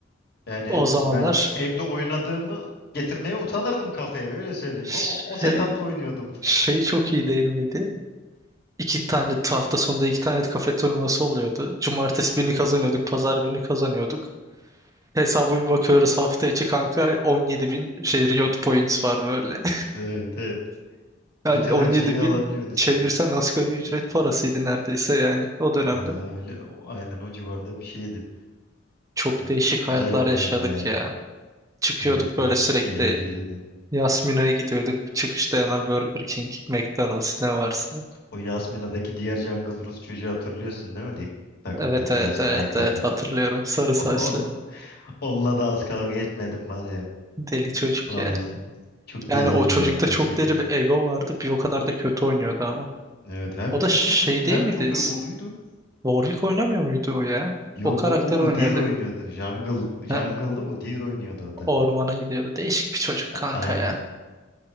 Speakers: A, on the left; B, on the right.
A: Yani
B: O zamanlar
A: ben evde oynadığımı getirmeye utanırdım kafeye öyle söyleyeyim
B: şey,
A: ama o setup'la oynuyordum.
B: şey
A: <laughs>
B: çok iyi değil miydi? İki tane hafta sonunda iki tane kafe turnuvası oluyordu. Cumartesi birini kazanıyorduk, pazar birini kazanıyorduk. Hesaba bir bakıyoruz hafta içi kanka 17 bin şey Riot Points var böyle.
A: Evet evet. Bütün
B: Yani 17
A: her şeyi alabiliyorsun
B: bin
A: istediğin.
B: çevirsen asgari ücret parasıydı neredeyse yani o dönemde.
A: Vallahi öyle o- aynen o civarda bir şeydi.
B: Çok
A: Hmm,
B: değişik
A: Çok
B: hayatlar
A: güzel günlerdi
B: yaşadık
A: ya.
B: ya. Çıkıyorduk
A: Evet evet.
B: böyle sürekli
A: Eğlenceliydi.
B: Yasmina'ya gidiyorduk. Çıkışta hemen Burger King, McDonald's ne varsa.
A: O Yasmina'daki diğer Jungle Rus çocuğu hatırlıyorsun değil mi? Dik- Takımdaki
B: Evet evet
A: Yasmina
B: evet
A: internetin.
B: evet hatırlıyorum. Sarı
A: <laughs> O-
B: saçlı.
A: On, onunla da az kavga etmedim var ya.
B: Deli çocuk
A: Valla.
B: ya.
A: Çok
B: Yani
A: deliydi
B: o çocukta
A: ya gerçekten.
B: çok deli bir ego vardı. Bir o kadar da kötü oynuyordu ama.
A: Evet hem
B: O
A: kötüydü
B: da şey değil
A: hem
B: miydi?
A: çok egoluydu.
B: Warwick oynamıyor muydu o ya?
A: Yok
B: O karakter
A: o, o
B: oynuyordu.
A: Udyr oynuyordu. Jungle, Jungle'da
B: Ha,
A: Udyr oynuyordu o da.
B: ormana gidiyordu. Değişik bir çocuk kanka
A: Aynen.
B: ya.